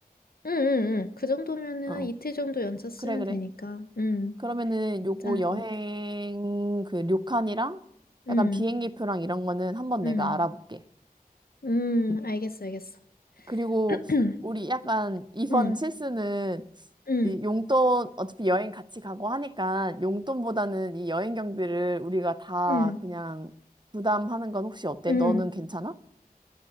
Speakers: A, on the left; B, on the right.
A: 응, 응, 응. 그 정도면은
B: 어,
A: 한 이틀 정도 연차 쓰면
B: 그래, 그래.
A: 되니까. 응.
B: 그러면은
A: 괜찮을
B: 요거 여행
A: 것 같아.
B: 그 료칸이랑
A: 응.
B: 약간 비행기표랑 이런 거는 한번
A: 응.
B: 내가 알아볼게.
A: 음,
B: 응.
A: 알겠어, 알겠어.
B: 그리고
A: <clears throat>
B: 우리 약간 이번
A: 응.
B: 실수는
A: 응.
B: 이 용돈 어차피 여행 같이 가고 하니까 용돈보다는 이 여행 경비를 우리가 다
A: 응.
B: 그냥 부담하는 건 혹시 어때?
A: 응.
B: 너는 괜찮아?